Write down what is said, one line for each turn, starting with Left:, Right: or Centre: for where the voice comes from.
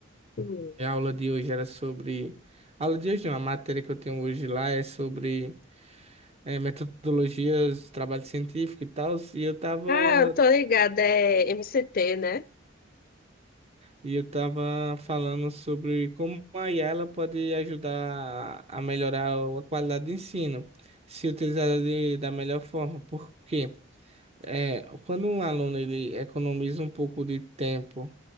Left: Hum.
Right: e a aula de hoje era sobre. A aula de hoje, não, a matéria que eu tenho hoje lá é sobre eh, metodologias, trabalho científico e tal, e eu estava
Left: Ah, eu tô ligada, é MCT, né?
Right: E eu tava falando sobre como a I A ela pode ajudar a melhorar a qualidade do ensino, se utilizada de, da melhor forma. Porque é, quando um aluno ele economiza um pouco de tempo